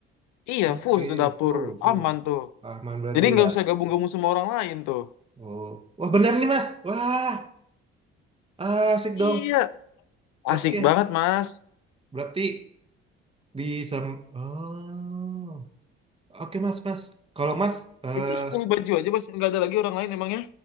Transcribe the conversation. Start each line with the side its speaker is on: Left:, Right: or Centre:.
Left: iya full
Right: Oke,
Left: satu dapur
Right: Bu, Bu.
Left: aman tuh
Right: Ahman berarti
Left: jadi nggak
Right: ya.
Left: usah gabung-gabung sama orang lain tuh
Right: Oh, wah benar nih Mas. Wah, asik dong.
Left: iya
Right: Oke,
Left: asik banget mas
Right: berarti Bisa. Oh, oke mas, mas. Kalau mas, eh
Left: itu sepuluh baju aja mas nggak ada lagi orang lain emangnya